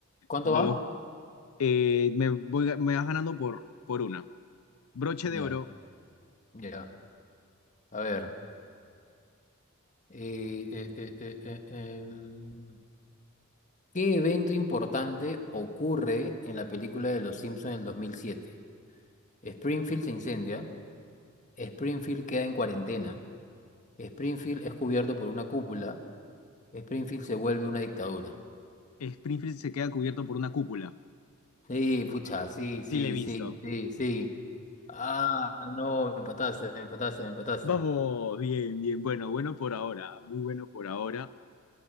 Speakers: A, on the left; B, on the left.
A: ¿Cuánto
B: Vamos,
A: va?
B: eh, me voy, me vas ganando por, por una. Broche
A: Ya,
B: de oro,
A: ya. A ver. eh, eh, eh, eh, eh, em, ¿Qué evento importante ocurre en la película de Los Simpsons del 2007? Springfield se incendia. Springfield queda en cuarentena. Springfield es cubierto por una cúpula. Springfield se vuelve una dictadura.
B: Springfield se queda cubierto por una cúpula.
A: Sí, pucha, sí, sí,
B: Sí, le he visto.
A: sí, sí, sí. Ah, no, me empataste, me empataste, me empataste.
B: Vamos, bien, bien. Bueno, bueno por ahora, muy bueno por ahora.